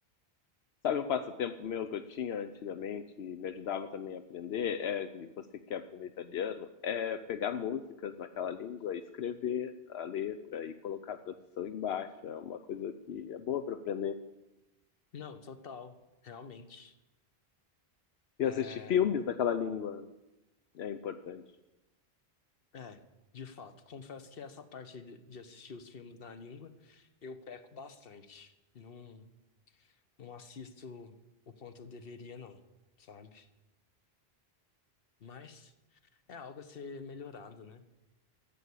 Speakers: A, on the left; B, on the left.
A: Sabe um passatempo meu que eu tinha antigamente e me ajudava também a aprender, é, e você que quer aprender italiano, é pegar músicas naquela língua, escrever a letra e colocar a tradução embaixo. É uma coisa que é boa para aprender.
B: Não, total, realmente. É,
A: E assistir filmes naquela língua é importante.
B: é, de fato, confesso que essa parte aí de de assistir os filmes na língua, eu peco bastante. Não, não assisto o quanto eu deveria, não, sabe? Mas é algo a ser melhorado, né?